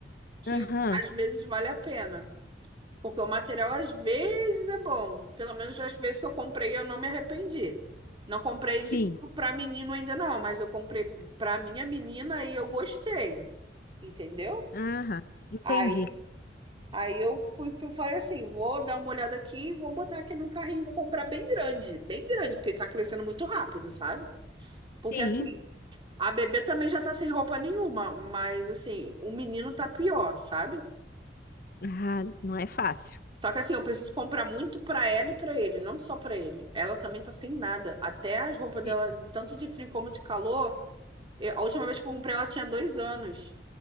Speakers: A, on the right; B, on the left.
A: Que
B: aham,
A: às vezes vale a pena. Porque o material às vezes é bom. Pelo menos as vezes que eu comprei, eu não me arrependi. Não comprei
B: sim,
A: de para menino ainda não, mas eu comprei para minha menina e eu gostei, entendeu?
B: aham, entendi.
A: Aí, aí eu fui pro- falei assim, vou dar uma olhada aqui, e vou botar aqui no carrinho, vou comprar bem grande, bem grande, porque ele tá crescendo muito rápido, sabe? Porque
B: Sim,
A: assim, a bebê também já tá sem roupa nenhuma, mas assim, o menino tá pior, sabe?
B: ah, não é fácil.
A: Só que assim, eu preciso comprar muito pra ela e pra ele, não só pra ele. Ela também tá sem nada. Até as roupas dela,
B: É,
A: tanto de frio como de calor, eu- a última vez que eu comprei, ela tinha dois anos.